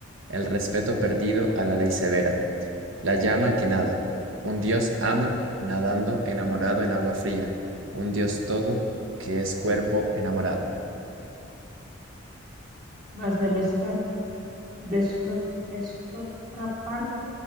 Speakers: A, on the right (about 85°); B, on the right (about 45°).
A: el respeto perdido a la ley severa, la llama que nada, un dios ama, nadando enamorado en agua fría, un dios todo, que es cuerpo enamorado.
B: Mas de no estar de estro- esta otra parte,